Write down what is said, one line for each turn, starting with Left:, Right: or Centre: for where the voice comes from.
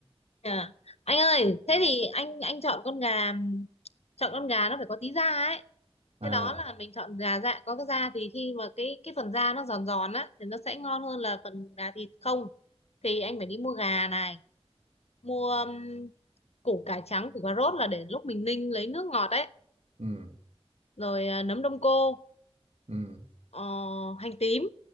Left: Dạ. Anh ơi, thế thì anh anh chọn con gà chọn con gà nó phải có tí da ấy.
Right: À,
Left: Cái đó là mình chọn gà dạ có cái da thì khi mà cái cái phần da nó giòn giòn á thì nó sẽ ngon hơn là phần gà thịt không. Thì anh phải đi mua gà này, mua um, củ cải trắng, củ cà rốt là để lúc mình ninh lấy nước ngọt ấy,
Right: ừ
Left: rồi à, nấm đông cô,
Right: ừ.
Left: ờ, hành tím,